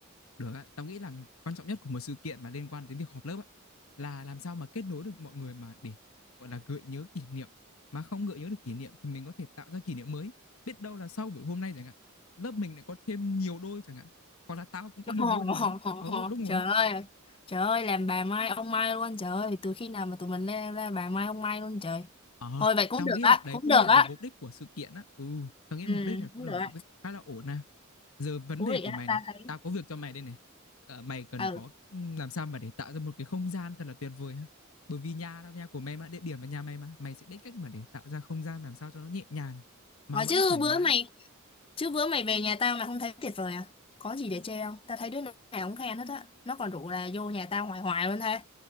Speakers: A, on the left; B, on the left.
A: được ạ. Tao nghĩ là quan trọng nhất của một sự kiện mà liên quan đến việc họp lớp ạ, là làm sao mà kết nối được mọi người mà để gọi là gợi nhớ kỷ niệm. Mà không gợi nhớ được kỷ niệm thì mình có thể tạo ra kỷ niệm mới. Biết đâu là sau buổi hôm nay chẳng hạn, lớp mình lại có thêm nhiều đôi chẳng hạn. Hoặc là tao cũng có
B: <laughs>
A: một đôi nào đó. Ồ,
B: Ồ,
A: đúng
B: Trời
A: rồi.
B: ơi, trời ơi, làm bà Mai ông Mai luôn, trời ơi, từ khi nào mà tụi mình lên ra bà Mai ông Mai luôn trời.
A: Ờ,
B: Thôi vậy cũng
A: tao
B: được
A: nghĩ
B: á,
A: là đấy
B: cũng
A: cũng
B: được
A: là
B: á.
A: một mục đích của sự kiện á. Ừ, tao nghĩ
B: Ừ,
A: mục đích này cũng
B: cũng
A: là
B: được
A: một
B: á.
A: mục đích khá là ổn à. Giờ vấn
B: Thú
A: đề
B: vị
A: của
B: á,
A: mày
B: tao
A: này,
B: thấy.
A: tao có việc cho mày đây này. Ờ, mày cần
B: Ừ,
A: có ừm, làm sao mà để tạo ra một cái không gian thật là tuyệt vời ha. Bởi vì nhà đâu nhà của mày mà, địa điểm là nhà mày mà, mày sẽ biết cách mà để tạo ra không gian làm sao cho nó nhẹ nhàng mà
B: có
A: vẫn
B: chứ
A: thoải
B: bữa
A: mái.
B: mày Chứ bữa mày về nhà tao mà không thấy tuyệt vời à? Có gì để chê không? Tao thấy đứa nào cũng khen hết á. Nó còn rủ là vô nhà tao hoài hoài luôn thế.